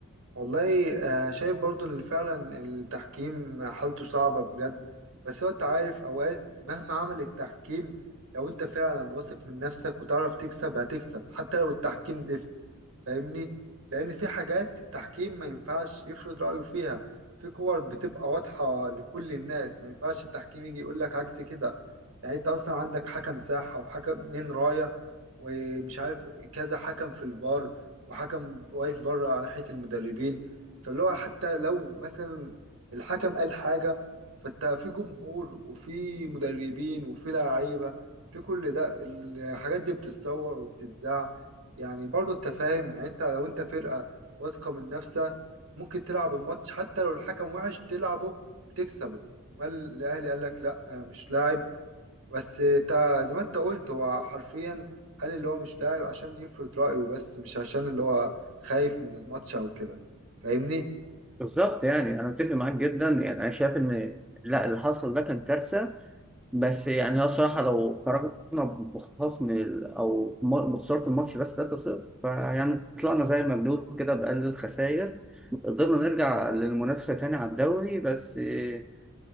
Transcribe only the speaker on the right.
والله آه، شايف برضو ان فعلا التحكيم حالته صعبة بجد بس هو انت عارف اوقات مهما عمل التحكيم لو انت فعلا واثق من نفسك وتعرف تكسب هتكسب حتى لو التحكيم زفت فاهمني لان في حاجات التحكيم ما ينفعش يفرض رأيه فيها في كور بتبقى واضحة لكل الناس ما ينفعش التحكيم يجي يقول لك عكس كده يعني انت اصلا عندك حكم ساحة وحكم من راية ومش عارف كذا حكم في الفار وحكم واقف بره على ناحية المدربين فاللي هو حتى لو مثلا الحكم قال حاجة فانت في جمهور وفي مدربين وفي لعيبة في كل ده الحاجات دي بتتصور وبتتذاع يعني برضه انت فاهم يعني انت لو انت فرقة واثقة من نفسها ممكن تلعب الماتش حتى لو الحكم وحش تلعبه وتكسبه امال الاهلي قال لك لا مش لاعب بس تا زي ما انت قلت هو حرفيا قال اللي هو مش لاعب عشان يفرض رأيه بس مش عشان اللي هو خايف من الماتش او كده فاهمني